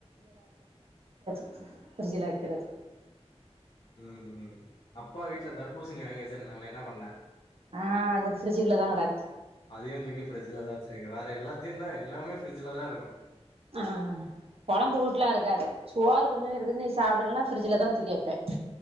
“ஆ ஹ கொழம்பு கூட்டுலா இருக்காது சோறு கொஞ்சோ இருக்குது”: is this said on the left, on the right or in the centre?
Right